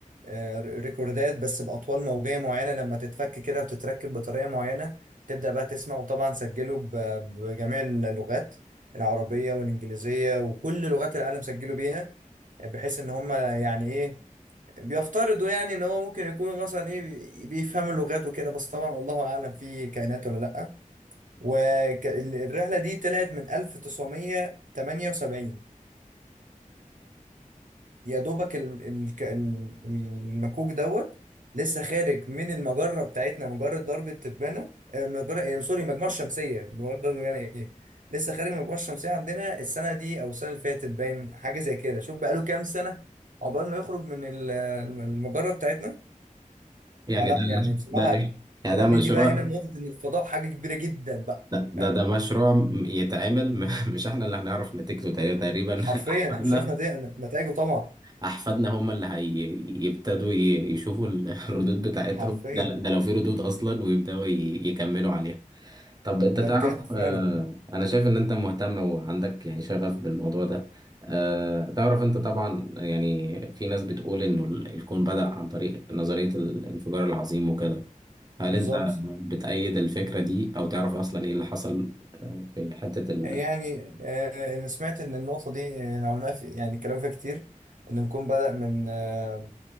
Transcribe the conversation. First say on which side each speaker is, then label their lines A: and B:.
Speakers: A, on the right (about 70°); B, on the right (about 30°).
A: آه، ريكوردات بس بأطوال موجية معينة لما تتفك كده وتتركب بطريقة معينة تبدأ بقى تسمع وطبعا سجله ب- بجميع اللغات العربية والإنجليزية وكل لغات العالم سجلوا بيها بحيث إن هم يعني إيه بيفترضوا يعني إن هو ممكن يكونوا مثلا إيه بي- بيفهموا اللغات وكده بس طبعا الله أعلم في كائنات ولا لأ والرحلة دي طلعت من 1978 يا دوبك ال- ال- ك- ال- المكوك دوت لسه خارج من المجرة بتاعتنا مجرة درب التبانة آه، مجرة إيه سوري مجموعة الشمسية مجرة درب التبانة إيه لسه خارج من المجموعة الشمسية عندنا السنة دي أو السنة اللي فاتت باين حاجة زي كده شوف بقاله كام سنة عقبال ما يخرج من ال- المجرة بتاعتنا
B: يعني
A: فلا
B: ده
A: يعني بصراحة
B: ده إيه؟ يعني
A: ده
B: ده مشروع
A: نيجي بقى هنا لنقطة إن الفضاء حاجة كبيرة جدا بقى
B: لا ده
A: فاهم
B: ده مشروع م- يتعمل م- <laughs> مش احنا اللي هنعرف نتيجته تقريبا تقريبا
A: حرفيا
B: <laughs> احفادنا
A: إحنا مش عارف نتائج- نتائجه طبعا
B: احفادنا هم اللي هيبتدوا يشوفوا ال- <laughs> الردود بتاعتهم
A: حرفيا
B: ده, ده لو في ردود اصلا ويبداوا ي- يكملوا عليها طب انت
A: ده
B: تعرف
A: بجد فعلا
B: آه، انا شايف ان انت مهتم وعندك يعني شغف بالموضوع ده آه، تعرف انت طبعا يعني في ناس بتقول انه ال- الكون بدأ عن طريق نظرية الانفجار العظيم وكده هل
A: بالظبط
B: انت بتأيد الفكرة دي او تعرف اصلا ايه اللي حصل آه، في حتة ال...
A: يعني آه، أنا سمعت إن النقطة دي آه، العلماء في يعني كلام فيها كتير إن الكون بدأ من آه،